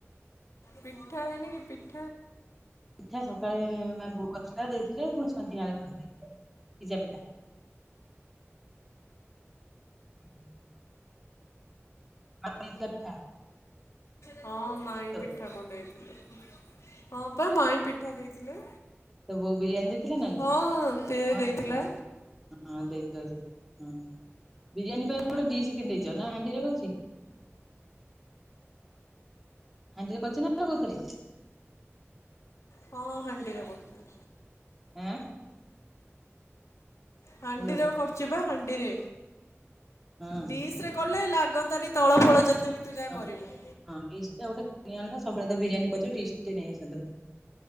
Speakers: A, on the left; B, in the centre.
A: ପିଠା ହେଇନି କି ପିଠ୍
B: ପିଠା ସକାଳେ ବା ବୋଉ ସକାଳେ ଦେଇଥିଲେ ପୁଣି ସନ୍ଧ୍ୟାଳେ କରି ଦେଇଥିଲେ ପିଜା ପିଠା। ହୁଁ <inaudible>
A: ହଁ ମାଇଁ
B: ତୋ
A: ପିଠା କଣ ଦେଇଥିଲେ ହଁ ପା ମାଇଁ ପିଠା ଦେଇଥିଲେ।
B: ତ ବଉ ବିରିୟାନୀ ଦେଇଥିଲା ନାଲୋ
A: ହଁ ତେ
B: ହଁ
A: ଦେଇଥିଲା
B: <inaudible> ହଁ ଦେଇଥିବ ସେ ହଁ ବିରିୟାନୀ ପାଇଁ ଗୋଟେ ଡିସ୍ କିଣି ଦେଇଚ ନା ହାଣ୍ଡିରେ କରିଚି? ହାଣ୍ଡିରେ କରିଚ ନା କଉଥିରେ?
A: ହଁ ହାଣ୍ଡିରେ କରୁଚି।
B: ଉଁ
A: ହାଣ୍ଡିରେ
B: ହ୍ୟାଲୋ
A: କରୁଛି ବା ହାଣ୍ଡିରେ
B: ହଁ
A: ଡିସରେ କଲେ ଲାଗନ୍ତାନି। ତଳ ଫଳ ଯେତେ ବି ତୁ ଯାହା
B: ହଁ
A: କରିବୁ।
B: ହଁ ଡିସଟା ଗୋଟେ କିଣି ଆଣନ୍ତ ସବୁବେଳେ ତ ବିରିୟାନୀ କରୁଛ ଡିସଟେ ନେଇ ଆସନ୍ତ।